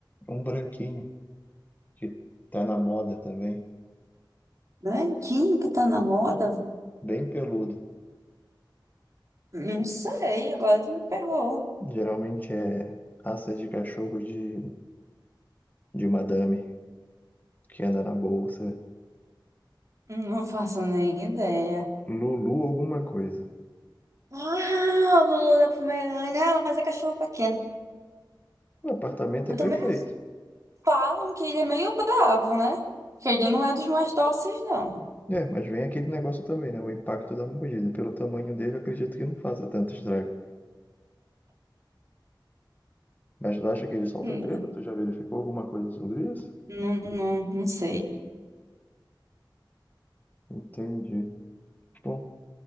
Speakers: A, on the left; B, on the right.
A: um branquinho, que tá na moda também,
B: Branquinho que tá na moda.
A: bem peludo.
B: Não sei, agora tu me pegou.
A: Geralmente é raça de cachorro de, de madame, que anda na bolsa.
B: Não faço nem ideia.
A: Lulu alguma coisa.
B: Ah, o Lulu da Pomerânia. Ah, mas é cachorro pequeno.
A: O apartamento
B: Eu
A: é perfeito.
B: também assim, falam que ele é meio bravo, né? Que ele não é dos mais dóceis, não.
A: É, mas vem aquele negócio também, né? O impacto da mordida. Pelo tamanho dele, eu acredito que não faça tanto estrago. Mas tu acha que ele solta
B: Hum,
A: pelo? Tu já verificou alguma coisa sobre isso?
B: Não, não, não sei.
A: Entendi. Bom,